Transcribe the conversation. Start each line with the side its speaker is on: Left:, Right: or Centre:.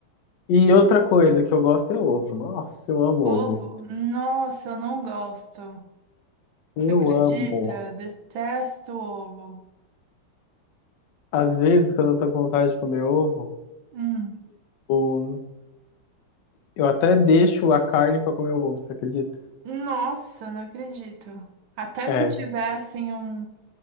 Left: E outra coisa que eu gosto é ovo. Nossa, eu amo
Right: Ovo?
Left: ovo.
Right: Nossa, eu não gosto.
Left: Eu
Right: Você acredita?
Left: amo.
Right: Detesto ovo.
Left: Às vezes, quando eu tô com vontade de comer ovo,
Right: Hum.
Left: eu, eu até deixo a carne pra comer o ovo, você acredita?
Right: Nossa, não acredito. Até
Left: É.
Right: se tiver assim um.